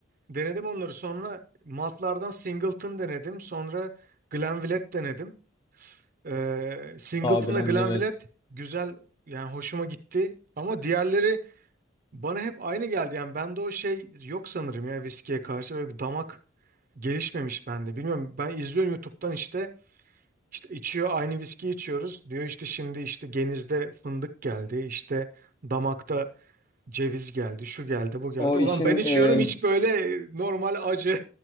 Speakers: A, on the right (about 45°); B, on the left (about 20°).
A: Denedim onları sonra maltlardan Singleton denedim. Sonra Glenlivet denedim. Ee, Singleton'la
B: Algılandım
A: Glenlivet
B: evet.
A: güzel yani hoşuma gitti. Ama diğerleri bana hep aynı geldi. Yani bende o şey yok sanırım ya viskiye karşı böyle bir damak gelişmemiş bende. Bilmiyorum ben izliyorum YouTube'dan işte işte içiyor aynı viski içiyoruz. Diyor işte şimdi işte genizde fındık geldi işte damakta ceviz geldi şu geldi bu geldi.
B: o
A: Ulan
B: işin
A: ben içiyorum
B: e,
A: hiç böyle normal acı.